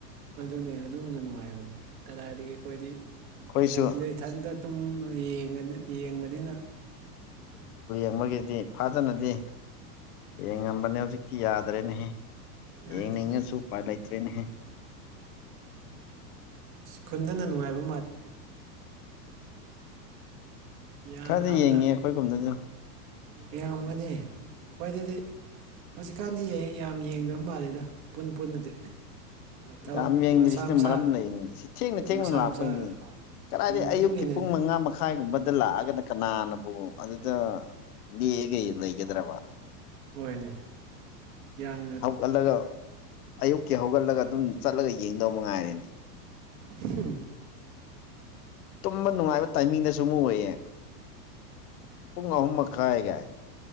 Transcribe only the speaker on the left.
ꯑꯩꯈꯣꯏꯁꯨ
ꯑꯃꯒꯤꯒꯤꯗꯤ ꯐꯥꯖꯅꯗꯤ ꯌꯦꯡꯉꯝꯕꯅꯦ ꯍꯧꯖꯤꯛꯇꯤ ꯌꯥꯗ꯭ꯔꯦꯅꯦꯍꯦ
ꯌꯦꯡꯅꯤꯡꯉꯁꯨ
ꯎꯄꯥꯏ ꯂꯩꯇ꯭ꯔꯦꯅꯦꯍꯦ
ꯈꯔꯗꯤ
ꯌꯦꯡꯉ ꯑꯩꯈꯣꯏꯒꯨꯝꯗꯥꯅ
ꯌꯥꯝ ꯌꯦꯡꯗ꯭ꯔꯤꯁꯤꯅ
ꯃꯔꯝ ꯂꯩꯅꯦ ꯁꯤ ꯊꯦꯡꯅ ꯊꯦꯡꯅ
ꯂꯥꯛꯄꯩꯅꯦ
ꯀꯗꯥꯏꯗ
ꯑꯌꯨꯛꯀꯤ
ꯄꯨꯡ ꯃꯉꯥ ꯃꯈꯥꯏꯒꯨꯝꯕ ꯑꯗꯨꯗ ꯂꯥꯛꯑꯒꯅ ꯀꯅꯥꯅꯕꯨ ꯑꯗꯨꯗ ꯂꯦꯛꯑꯒꯩ ꯂꯩꯒꯗ꯭ꯔꯕ
ꯍꯧꯒꯠꯂꯒ ꯑꯌꯨꯛꯀꯤ ꯍꯧꯒꯠꯂꯒ ꯑꯗꯨꯝ ꯆꯠꯂꯒ ꯌꯦꯡꯗꯑꯣꯕ ꯉꯥꯏꯔꯦꯅꯦ
ꯇꯨꯝꯕ ꯅꯨꯡꯉꯥꯏꯕ ꯇꯥꯏꯃꯤꯡꯗꯁꯨ ꯑꯃꯨꯛ ꯑꯣꯏꯌꯦ ꯄꯨꯡ ꯑꯍꯨꯝ ꯃꯈꯥꯏ ꯀꯥꯏꯅ